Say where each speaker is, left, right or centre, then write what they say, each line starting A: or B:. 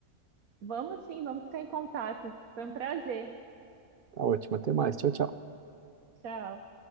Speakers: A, on the right (about 75°); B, on the right (about 50°).
A: Vamos sim, vamos ficar em contato. Foi um prazer.
B: Tá ótimo, até mais, tchau, tchau.
A: Tchau.